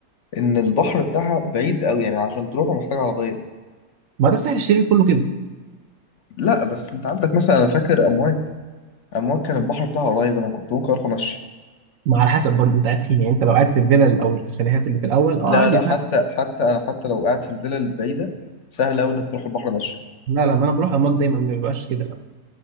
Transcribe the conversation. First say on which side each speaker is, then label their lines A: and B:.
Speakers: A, on the left (about 55°); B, on the right (about 65°).
A: ان البحر بتاعها بعيد قوي يعني عشان تروحه محتاج عربيه
B: ما ده الساحل الشرير كله كده
A: لا بس انت عندك مثلا انا فاكر امواج امواج كان البحر بتاعها قريب انا كنت ممكن اروح مشي
B: ما على حسب برضه انت قاعد فين يعني انت لو قاعد في الفيلل او الشاليهات اللي في الاول اه
A: لا
B: عادي
A: لا
B: سهل
A: حتى حتى انا حتى لو قاعد في الفيلا البعيده سهل قوي انك تروح البحر مشي
B: لا لا ما انا بروح اماك دايما ما بيبقاش كده